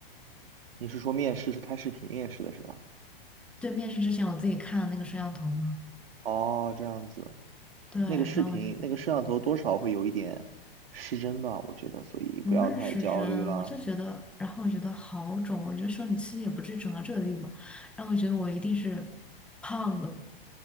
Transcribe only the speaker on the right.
你是说面试是开视频面试的是吧？
哦，这样子，
那个视频，那个摄像头多少会有一点失真吧？我觉得，所以不要太焦虑了。